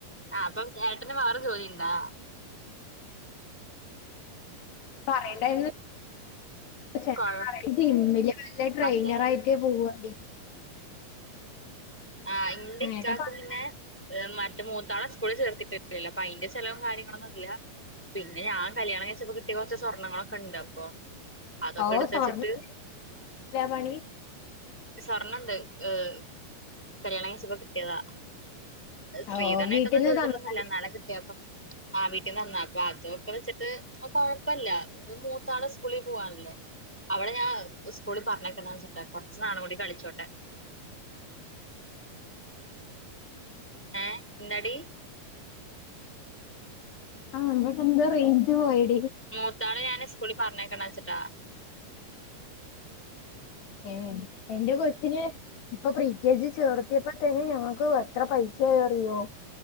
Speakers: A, in the centre; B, on the left.
A: ആ അപ്പൊ ചേട്ടന് വേറെ ജോലിണ്ടാ
B: പറയണ്ടായിന്ന് ചേട്ടൻ
A: കൊഴ
B: പറയ ജിമ്മില് വല്ല ട്രെയിനറായി
A: മറ്റേന്
B: ക്കെ പോവേ
A: ആ ഇന്റെക്കാക്ക്
B: അങ്ങനെയൊക്കെ പറഞ്ഞ
A: പിന്നെ മറ്റ മൂത്തോളെ സ്കൂള് ചേർത്തിട്ടില്ലല്ലോ അപ്പൊ അയിന്റെ ചെലവും കാര്യങ്ങളൊന്നും ഇല്ല പിന്നെ ഞാ കല്യാണം കഴിച്ചപ്പോ കിട്ടിയ കുറച്ച് സ്വർണ്ണങ്ങളൊക്കെണ്ട് അപ്പൊ അതൊക്കെ
B: ഓ
A: എടുത്തെച്ചിട്ട്
B: സ്വർണ്ണം പണി
A: സ്വർണ്ണംണ്ട് ഏ കല്യാണം കഴിച്ചപ്പോ കിട്ടിയതാ സ്ത്രീധനായിട്ടൊന്നും
B: ഓ വീട്ടിൽന്ന്
A: ചോദിച്ചിട്ടൊന്നില്ല
B: തന്നതല്ലേ
A: എന്നാലും കിട്ടിയപ്പൊ ആഹ വീട്ടിൽന്ന് തന്നാ അപ്പൊ അതൊക്കെ വെച്ചിട്ട് കൊഴപ്പില്ല മൂതാള് സ്കൂളിൽ പോവാനല്ലേ അവളെ ഞാൻ സ്കൂളിൽ പറഞ്ഞേക്കണ്ടച്ചിട്ട കുറച്ച് നാളും കൂടി കളിച്ചോട്ടെ ഏ എന്താടി
B: ആ എന്തോ റേഞ്ച് പോയടി
A: മൂത്താളെ ഞാൻ സ്കൂളിൽ പറഞ്ഞേക്കണ്ട വെച്ചിട്ടാ
B: ഏഹ് എന്റെ കൊച്ചിന് ഇപ്പൊ പ്രി കെ ജി ചേർത്തിയപ്പോ തന്നെ ഞങ്ങക്ക് എത്ര പൈസ ആയിന്നറിയോ?